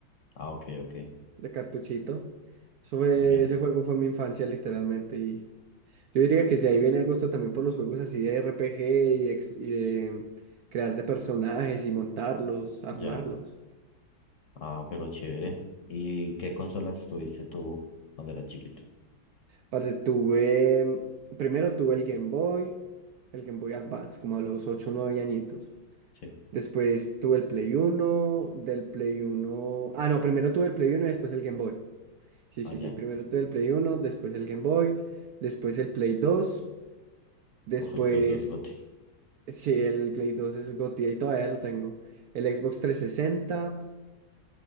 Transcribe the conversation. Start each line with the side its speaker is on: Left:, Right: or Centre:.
Left: Ah, ok, ok,
Right: de cartuchito. Eso fue-
Left: entiendo.
Right: ese juego fue mi infancia literalmente. Y yo diría que si ahí viene el gusto también por los juegos así de RPG y, de ex- y de crear de personajes y montarlos, armarlos.
Left: Ya. Ah, pero chévere. ¿Y qué consolas tuviste tú cuando eras chiquito?
Right: Parce, tuve, primero tuve el Game Boy, el Game Boy Advance, como a los 8 o 9 añitos.
Left: Sí.
Right: Después tuve el Play uno del Play uno Ah, no, primero tuve el Play uno y después el Game Boy. Sí,
Left: Ah,
Right: sí,
Left: ya.
Right: sí. Primero tuve el Play uno después el Game Boy, después el Play dos después.
Left: Uf, el Play dos bote.
Right: Sí, el Play dos es Gotti y todavía lo tengo. El Xbox trescientos sesenta